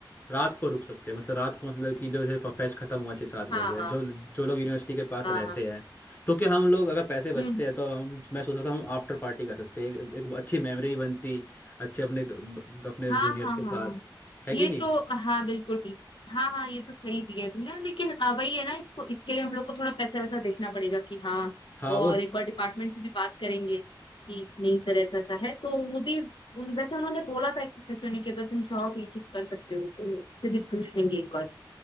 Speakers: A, on the left (about 25°); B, on the left (about 80°).
A: रात को रुक सकते हैं मतलब रात को मतलब कि जो जैसे फेस्ट खत्म हुआ छः सात
B: हाँ
A: बजे
B: हाँ
A: जो जो लोग यूनिवर्सिटी के पास
B: हाँ
A: रहते
B: हाँ
A: हैं तो क्या हम लोग अगर पैसे बचते
B: हम्म
A: हैं तो हम मैं सोच रहा था हम आफ्टर पार्टी कर सकते हैं एक, एक अच्छी मेमोरी बनती अच्छे अपने तो अपने
B: हाँ
A: जूनियर्स
B: हाँ
A: के
B: हाँ
A: साथ
B: हाँ
A: है
B: ये
A: कि नहीं
B: तो हाँ बिल्कुल बिल्कुल हाँ हाँ ये तो सही दिया तुमने लेकिन अ, वही है ना इसको इसके लिए हम लोग को थोड़ा पैसा वैसा देखना पड़ेगा कि हाँ
A: हाँ
B: और
A: वो
B: एक बार डिपार्टमेंट से भी बात करेंगे कि नहीं सर ऐसा ऐसा है तो वो भी उन- वैसे उन्होंने बोला था एक प्रोफेसर ने कि अगर तुम चाहो तो ये चीज कर सकते हो तो उससे भी पूछ लेंगे एक बार